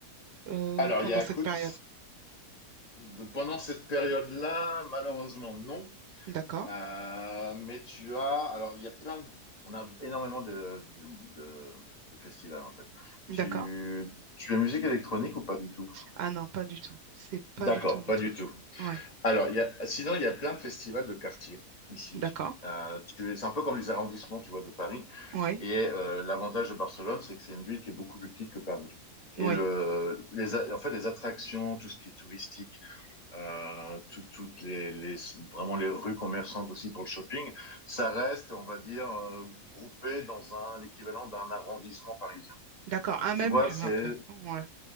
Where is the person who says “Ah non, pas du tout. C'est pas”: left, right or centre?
Right